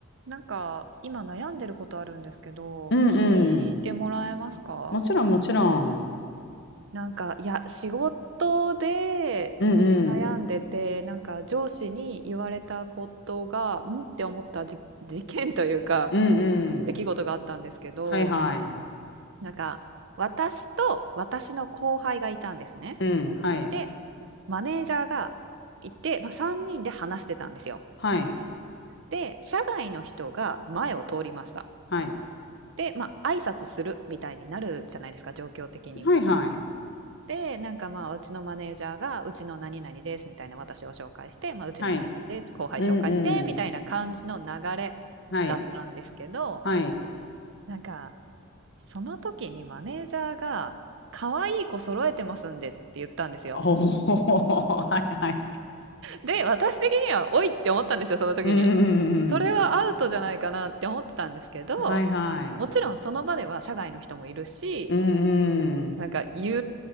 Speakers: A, on the right; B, on the left.
A: なんか今悩んでることあるんですけど、
B: うんうん。
A: 聞いてもらえますか
B: もちろんもちろん。
A: なんか、いや、仕事で
B: うんうん。
A: 悩んでて、なんか上司に言われたことが、んって思ったじ、事件というか、
B: うん
A: 出来事があったんですけど、
B: うん。はいはい。
A: なんか、私と私の後輩がいたんですね。
B: うん。はい。
A: で、マネージャーがいて、まあ、3人で話してたんですよ。
B: はい。
A: で、社外の人が前を通りました。
B: はい。
A: で、まあ、挨拶するみたいになるじゃないですか、状況的に。
B: はいはい。
A: で、なんかまあ、うちのマネージャーが、うちの何々ですみたいな私を紹介して、まあ、うちの何々です、
B: はい。
A: 後輩紹介してみたいな感じの流れ
B: うんうん。はい。
A: だったんですけど、
B: はい。
A: なんか、その時にマネージャーが、可愛い子揃えてますんでって言ったんですよ。
B: おお。<laughs> はいはい。
A: で、私的には、おいって思ったんですよ、その時に。
B: うんうんうん。
A: それはアウトじゃないかなって思ってたんですけど、
B: はいはい。
A: もちろんその場では社外の人もいるし、
B: うんうんはいはいおはいはい
A: なんか言